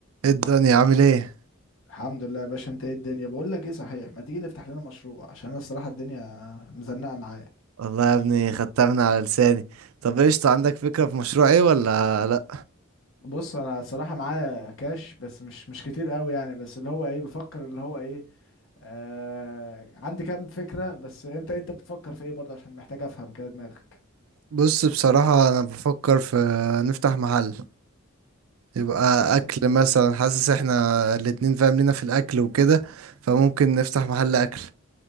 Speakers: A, on the right; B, on the left.
A: ايه الدنيا عامل ايه
B: الحمد لله يا باشا انت ايه الدنيا بقول لك ايه صحيح ما تيجي نفتح لنا مشروع عشان انا الصراحه الدنيا مزنقه معايا
A: والله يا ابني خدتها من على لساني طب ايش عندك فكرة في مشروع ايه ولا لا
B: بص انا الصراحه معايا كاش بس مش مش كتير قوي يعني بس اللي هو ايه بفكر اللي هو ايه آه عندي كام فكره بس انت انت بتفكر في ايه برضه عشان محتاج افهم كده دماغك
A: بص بصراحة انا بفكر في نفتح محل يبقى
B: نفتح
A: اكل مثلا حاسس احنا الاتنين فاهم لينا في الاكل وكده فممكن نفتح محل اكل